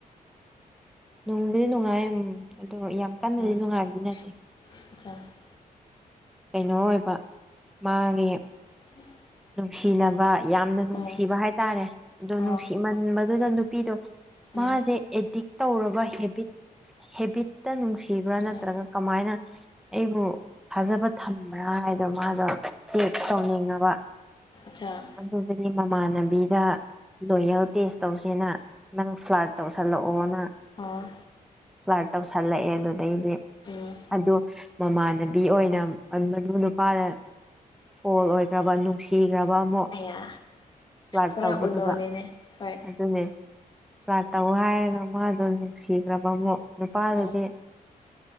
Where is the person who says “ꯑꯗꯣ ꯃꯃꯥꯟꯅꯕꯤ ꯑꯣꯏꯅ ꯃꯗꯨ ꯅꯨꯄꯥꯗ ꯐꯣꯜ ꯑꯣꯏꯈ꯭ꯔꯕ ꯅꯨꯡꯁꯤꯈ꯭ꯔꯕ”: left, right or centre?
Centre